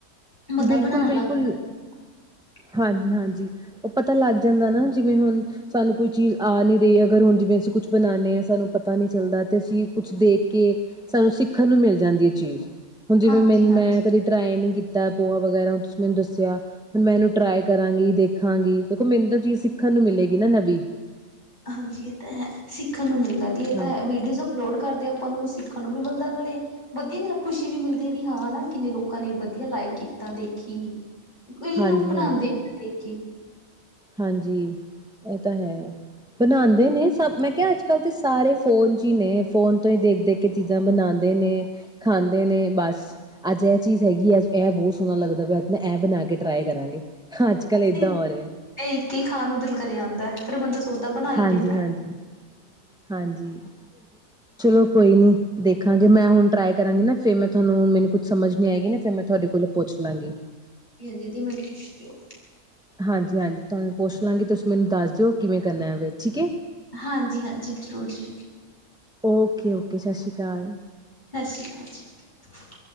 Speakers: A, on the left; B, in the centre.
A: ਬੰਦਾ
B: ਬਿਲਕੁਲ
A: ਬਣਾਉਣ
B: ਬਿਲਕੁਲ
A: ਲੱਗਦਾ <inaudible>
B: ਹਾਂਜੀ-ਹਾਂਜੀ, ਉਹ ਪਤਾ ਲੱਗ ਜਾਂਦਾ ਨਾ ਜਿਵੇਂ ਹੁਣ, ਸਾਨੂੰ ਕੋਈ ਚੀਜ਼ ਆ ਨਹੀ ਰਹੀ ਅਗਰ ਹੁਣ ਜਿਵੇਂ ਅਸੀਂ ਕੁਛ ਬਣਾਉਣੇ ਹਾਂ ਸਾਨੂੰ ਪਤਾ ਨੀ ਚੱਲਦਾ ਤੇ ਅਸੀਂ ਕੁਛ ਦੇਖ ਕੇ, ਸਾਨੂੰ ਸਿੱਖਣ ਨੂੰ ਮਿਲ ਜਾਂਦੀ ਹੈ ਚੀਜ਼, ਹੁਣ ਜਿਵੇਂ
A: ਹਾਂਜੀ
B: ਮੈਨ
A: ਹਾਂਜੀ
B: ਮੈਂ ਕਦੇ ਟਰਾਈ ਨਹੀਂ ਕੀ ਤਾ ਪੋਹਾ ਵਗੈਰਾ ਤੁਸੀਂ ਮੈਨੂੰ ਦੱਸਿਆ। ਹੁਣ ਮੈਂ ਇਹਨੂੰ ਟਰਾਈ ਕਰਾਂਗੀ ਦੇਖਾਂਗੀ ਦੇਖੋ ਮੈਨੂੰ ਤਾਂ ਚੀਜ਼ ਸਿੱਖਣ ਨੂੰ ਮਿਲੇਗੀ ਨਾ ਨਵੀਂ।
A: ਹਾਂਜੀ ਇਹ ਤਾਂ ਹੈ ਸਿੱਖਣ ਨੂੰ ਮਿਲਦਾ ਦੀ ਇਹ
B: ਹਾਂਜੀ
A: ਤਾਂ ਹੈ ਵੀਡੀਓਜ਼, ਲੋਡ ਕਰਦੇ ਆ ਆਪਾਂ ਨੂੰ ਸਿੱਖਣ ਨੂੰ ਵੀ ਮਿਲਦਾ ਨਾਲੇ, ਵਧੀਆ ਜਾ ਲੱਗ ਖੁਸ਼ੀ ਵੀ ਮਿਲਦੀ ਹੈ ਵੀ ਹਾਂ ਹਨਾ ਕਿੰਨੇ ਲੋਕਾਂ ਨੇ ਵਧੀਆ ਲਾਈਕ ਕੀਤਾ ਦੇਖੀ, ਕਈ
B: ਹਾਂਜੀ
A: ਲੋਕ ਬਣਾਦੇ
B: ਹਾਂਜੀ
A: ਮੈ ਦੇਖੇ,
B: ਹਾਂਜੀ, ਇਹ ਤਾਂ ਹੈ। ਬਣਾਦੇ ਨੇ ਸਭ ਮੈਂ ਕਿਹਾ ਅੱਜ-ਕੱਲ ਤੇ ਸਾਰੇ ਫੋਨ ਚ ਹੀ ਨੇ ਫੋਨ ਤੋਂ ਹੀ ਦੇਖ-ਦੇਖ ਕੇ ਚੀਜ਼ਾਂ ਬਣਾਦੇ ਨੇ ਖਾਂਦੇ ਨੇ ਬਸ, ਅੱਜ ਇਹ ਚੀਜ਼ ਹੈਗੀ ਹੈ ਅੱਜ ਇਹ ਬਹੁਤ ਸੋਹਣਾ ਲੱਗਦਾ ਪਿਆ ਅੱਜ ਐ ਬਣਾ ਕੇ ਟਰਾਈ ਕਰਾਂਗੇ ਅੱਜ ਕੱਲ ਇਦਾਂ
A: ਤੇ
B: ਹੋ ਰਿਹਾ।
A: ਦੇਖ ਕੇ ਖਾਣ ਨੂੰ ਦਿਲ ਕਰ ਆਉਂਦਾ ਫਿਰ ਬੰਦਾ ਸੋਚਦਾ ਬਣਾ ਹੀ
B: ਹਾਂਜੀ
A: ਲੈਣਾ।
B: ਹਾਂਜੀ ਹਾਂਜੀ। ਚਲੋ ਕੋਈ ਨੀ ਦੇਖਾਂਗੇ ਮੈਂ ਹੁਣ ਟਰਾਈ ਕਰਾਂਗੀ ਨਾ ਫਿਰ ਮੈਂ ਤੁਹਾਨੂੰ ਮੈਨੂੰ ਕੁ ਸਮਝ ਨੀ ਆਏਗੀ ਨਾ ਫਿਰ ਮੈਂ ਤੁਹਾਡੇ ਕੋਲੋਂ ਪੁੱਛ ਲਾ ਗੀ।
A: ਹਾਂ ਦੀਦੀ ਮੈਨੂੰ ਪੁੱਛ ਲਓ।
B: ਹਾਂਜੀ-ਹਾਂਜੀ, ਤੁਹਾਨੂੰ ਪੁੱਛ ਲਾਂਗੀ ਤੁਸੀਂ ਮੈਨੂੰ ਦੱਸ ਦਿਓ ਕਿਵੇਂ ਕਰਨਾ ਹੈ ਫਿਰ ਠੀਕ ਏ।
A: ਹਾਂਜੀ-ਹਾਂਜੀ, ਜ਼ਰੂਰ ਜੀ।
B: ਓਕੇ-ਓਕੇ ਸਤਿ ਸ਼੍ਰੀ ਅਕਾਲ।
A: ਸਤਿ ਸ਼੍ਰੀ ਅਕਾਲ ਜੀ।